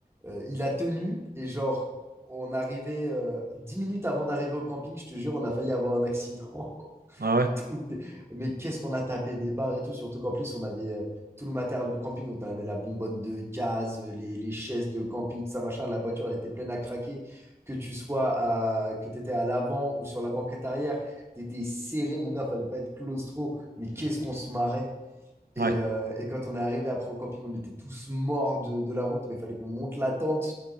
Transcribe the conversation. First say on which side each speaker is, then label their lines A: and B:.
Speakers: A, on the right; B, on the right.
A: euh, il a tenu et genre, on arrivait euh, 10 minutes avant d'arriver au camping, je te jure, on a failli avoir un accident.
B: ouais,
A: <laughs>
B: ouais,
A: Donc, des- Mais qu'est-ce qu'on a tapé des barres et tout, surtout qu'en plus, on avait euh, tout le matériel de camping. Donc, on avait la bonbonne de gaz, euh, les, les chaises de camping, tout ça, machin. La voiture, elle était pleine à craquer. Que tu sois à, que tu étais à l'avant ou sur la banquette arrière, tu étais serré, mon gars, fallait pas être claustro. Mais qu'est-ce qu'on se marrait.
B: ouais.
A: Et,
B: ouais.
A: euh, et quand on est arrivé après au camping, on était tous morts de, de la route, mais il fallait qu'on monte la tente,